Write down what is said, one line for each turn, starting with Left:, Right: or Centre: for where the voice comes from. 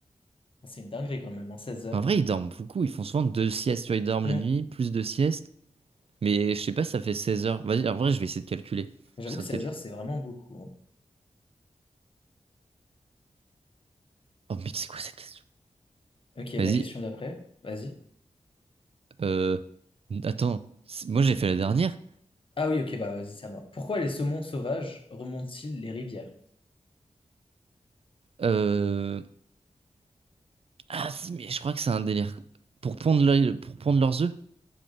Left: C'est une dinguerie quand même, en 16 heures.
Right: En vrai, ils dorment beaucoup. Ils font souvent deux siestes. Tu vois, ils dorment
Left: Hmm.
Right: la nuit, plus deux siestes. Mais je sais pas, ça fait 16 heures. Vas-y, en vrai, je vais essayer de calculer.
Left: J'avoue
Right: J'essaie
Left: que 16
Right: de calculer.
Left: heures, c'est vraiment beaucoup. hein.
Right: Oh, mais c'est quoi cette question?
Left: Ok, la
Right: Vas-y.
Left: question d'après, vas-y.
Right: Euh... Attends. c'est- Moi, j'ai fait la dernière.
Left: Ah oui, ok, bah vas-y, c'est à moi. Pourquoi les saumons sauvages remontent-ils les rivières?
Right: Euh... Ah, si, mais je crois que c'est un délire. Pour pondre, l'œil- pour pondre leurs œufs?